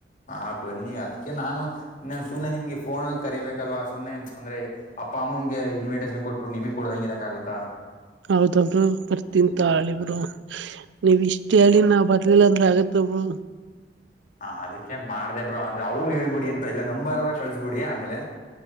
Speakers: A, on the left; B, on the right.
A: ಹ ಬನ್ನಿ ಅದಕ್ಕೆ ನಾನು ಸುಮ್ನೆ ನಿಮ್ಗೆ ಫೋನಲ್ಲಿ ಕರಿಬೇಕಲ್ವಾ ಸುಮ್ನೆ ಅಂದ್ರೆ. ಅಪ್ಪ ಅಮ್ಮಂಗೆ ಇನ್ವೈಟೇಷನ್ ಕೊಟ್ಬಿಟ್ಟು ನಿಮಗ್ ಕೊಡದಂಗೆ ಇರಕ ಆಗುತ್ತಾ.
B: ಹೌದು ಬ್ರೋ ಬರ್ತೀನ್
A: ಹ್ಮ್
B: ತಾಳಿ ಬ್ರೋ ನೀವ್ ಇಷ್ಟ ಹೇಳಿ ನಾ ಬರ್ಲಿಲ್ಲಂದ <unintelligible> ಆಗತ್ತ ಬ್ರೋ.
A: ಹಾ ಅದಕ್ಕೆ ಮಾಡ್ದೆ ಬ್ರೋ ಅಂದ್ರೆ ಅವ್ರಗ್ ಹೇಳ್ಬಿಡಿ ಎಂತ ಇಲ್ಲಾ ನಂಬಾರ ಕಳ್ಸ್ಬಿಡಿ ಆಮೇಲೆ.